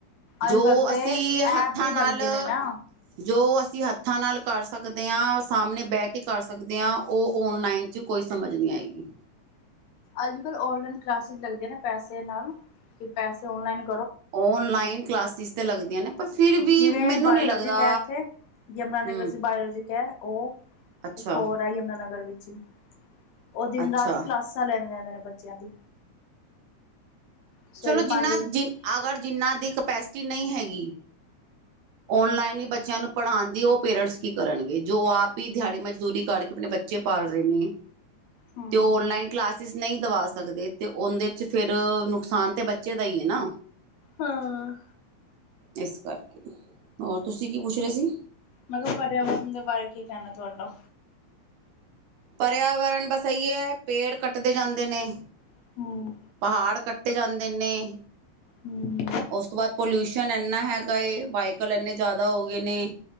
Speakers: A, on the left (about 75°); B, on the right (about 75°).
A: ਅੱਜ
B: ਜੋ
A: ਕੱਲ ਤੇ
B: ਅਸੀਂ
A: ਐਪ
B: ਹੱਥਾਂ
A: ਵੀ
B: ਨਾਲ
A: ਬਣ ਗਏ ਨੇ ਨਾ
B: ਜੋ ਅਸੀਂ ਹੱਥਾਂ ਨਾਲ ਕਰ ਸਕਦੇ ਹਾਂ ਸਾਹਮਣੇ ਬਹਿ ਕੇ ਕਰ ਸਕਦੇ ਹਾਂ ਉਹ ਔਨਲਾਈਨ 'ਚ ਕੋਈ ਸਮਝ ਨਹੀਂੀ ਆਏਗੀ
A: ਅੱਜ ਕੱਲ੍ਹ ਔਨਲਾਈਨ ਕਲਾਸਿਸ ਲੱਗਦੀਆਂ ਨੇ ਪੈਸੇ ਨਾਲ ਕਿ ਪੈਸੇ ਨਲਾਈਨ
B: ਓਨਲਾਈਨ ਕਲਾਸਿਸ ਤੇ ਲੱਗਦੀਆਂ ਨੇ ਪਰ ਫਿਰ ਵੀ
A: ਜਿਵੇਂ
B: ਮੈਨੂੰ
A: ਬਾਇਓਲੋਜਿਕ
B: ਨਹੀਂ ਲੱਗਦਾ
A: ਹੈ ਇੱਥੇ ਯਮੁਨਾਨਗਰ
B: ਹਮ
A: ਚ ਬਾਇਓਲੋਜਿਕ ਹੈ ਉਹ
B: ਅੱਛਾ
A: ਇੱਕ ਹੋਰ ਹੈ ਯਮੁਨਾਾਨਗਰ ਵਿੱਚ ਹੀ ਉਹ ਦਿਨ
B: ਅੱਛਾ
A: ਰਾਤੀ ਕਲਾਸਾਂ ਲੈਂਦੇ ਨੇ ਬੱਚਿਆਂ ਦੀ ਸਵੇਰੇ
B: ਚਲੋ ਜਿੰਨ੍ਹਾਂ
A: ਪੰਜ ਹੂੰ
B: ਜਿ ਅਗਰ ਜਿੰਨ੍ਹਾਂ ਦੀ ਕਪੈਸਿਟੀ ਨਹੀਂ ਹੈਗੀ ਔਨਲਾਈਨ ਹੀ ਬ ਬੱਚਿਆਂ ਨੂੰ ਪੜ੍ਹਾਉਣ ਦੀ ਉਹ ਪੇਰੈਂਟਸ ਕੀ ਕਰਨਗੇ ਜੋ ਆਪ ਹੀ ਦਿਹਾੜੀ ਮਜ਼ਦੂਰੀ ਕਰਕੇ ਆਪਣੇ ਬੱਚੇ ਬੱਚੇ ਪਾਲ ਰਹੇ ਨੇ
A: ਹੂੰ ਹੂੰ
B: ਤੇ ਉਹ ਔਨਲਾਈਨ ਕਲਾਸਿਸ ਨਹੀਂ ਦਵਾ ਸਕਦੇ ਤੇ ਉਹਦੇ ਚ ਫੇਿਰ ਨੁਕਸਾਨ ਤਾਂ ਬੱਚੇ ਦਾ ਹੀ ਹੈ ਨਾ
A: ਹਾਂ
B: ਇਸ ਕਰਕੇ ਹੋਰ ਤੁਸੀਂ ਕੀ ਪੁੱਛ ਰਹੇ ਸੀ
A: ਮੈਂ ਕਿਹਾ ਪਰਿਆਵਰਨ ਦੇ ਬਾਰੇ ਕੀ ਕਹਿਣਾ ਤੁਹਾਡਾ
B: ਪਰਿਆਵਰਨ ਵਸਾਈਏ ਪੇੜ ਕੱਟਦੇ ਜਾਂਦੇ ਨੇ
A: ਹੂੰ
B: ਪਹਾੜ ਕੱਟੇ ਜਾਂਦੇ ਨੇ
A: ਹੂੰ
B: ਉਸ ਤੋਂ ਬਾਅਦ ਪੋਲਿਊਸ਼ਨ ਇੰਨਾ ਹੈਗਾ ਏ ਵੀਕਲ ਇੰਨੇ ਜ਼ਿਆਦਾ ਹੋ ਗਏ ਨੇ